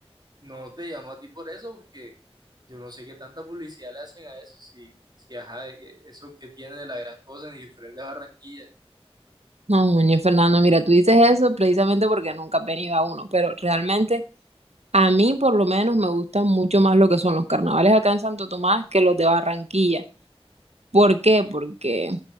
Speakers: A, on the right (about 40°); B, on the right (about 85°).
A: no te llamo a ti por eso porque yo no sé qué tanta publicidad le hacen a eso, si, si ajá, eh, eso que tiene de la gran cosa en el Festival de Barranquilla.
B: No, ñe, Fernando, mira, tú dices eso precisamente porque nunca has venido a uno, pero realmente a mí por lo menos me gustan mucho más lo que son los carnavales acá en Santo Tomás que los de Barranquilla. ¿Por qué?
A: Y
B: Porque